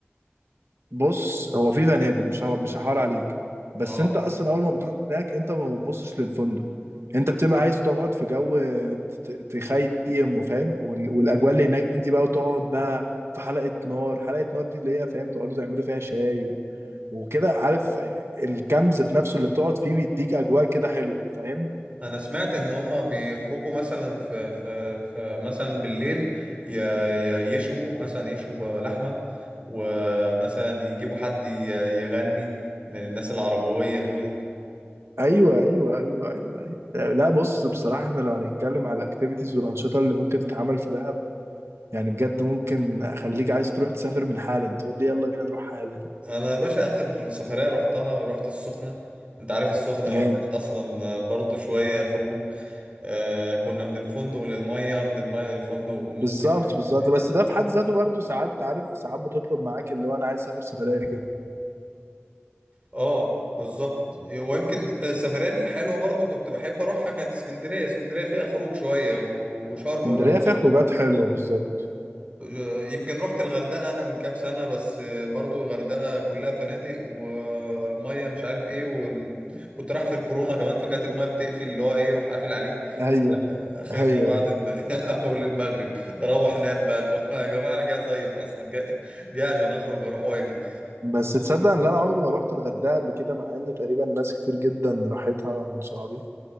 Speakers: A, on the right; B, on the right.
A: بص هو في فنادق مش هو مش هحاول عليك بس
B: اه
A: انت اصلا اول ما بتروح هناك انت ما بتبصش للفندق انت بتبقى عايز تقعد في جو ت- تخيم وفاهم وال- والاجواء اللي هناك دي بقى وتقعد بقى في حلقة نار حلقة نار دي اللي هي فاهم تقعدوا تعملوا فيها شاي و... وكده عارف الكامب ذات نفسه اللي بتقعد فيه بيديك اجواء كده حلوة فاهم
B: انا سمعت ان هما بيخرجوا مثلا في في, في مثلا بالليل ي... ي- يشوا مثلا يشوا لحمه ومثلا يجيبوا حد ي- يغني من الناس العربويه دول
A: ايوه ايوه ايوه ايوه ايوه لا بص بصراحة احنا لو هنتكلم على الاكتيفيتيز والانشطة اللي ممكن تتعمل في دهب يعني بجد ممكن اخليك عايز تروح تسافر من حالا تقول لي يلا بينا نروح حالا
B: انا يا باشا اخر سفريه رحتها رحت السخنه انت عارف السخنه ما
A: جامد
B: فيهاش اصلا برضو شويه خروج آه كنا من الفندق للميه من الميه للفندق ممكن
A: بالظبط بالظبط
B: يعني
A: بس ده في حد ذاته برضه ساعات عارف ساعات بتطلب معاك اللي هو انا عايز اسافر سفريه كده
B: اه بالظبط ويمكن السفريه الحلوه برضو كنت بحب اروحها كانت اسكندريه اسكندريه فيها خروج شويه و- وشرم
A: اسكندريه
B: برضو
A: فيها خروجات حلوه بالظبط
B: آه، يمكن رحت الغردقه انا من كام سنه بس آه، برضو الغردقه كلها فنادق والميه مش عارف ايه وال... كنت رايح في الكورونا كمان فكانت الميه بتقفل اللي هو ايه روح قافل عليك
A: ايوه
B: اخرنا
A: ايوه
B: بعد
A: ايوه
B: ال... <laughs> اول المغرب روح نام بقى اللي هو يا جماعه انا جاي صيف اصلا جاي جاي عشان اخرج واروح واجي
A: بس تصدق ان انا عمري ما روحت الغردقه قبل كده مع ان تقريبا ناس كتير جدا راحتها من صحابي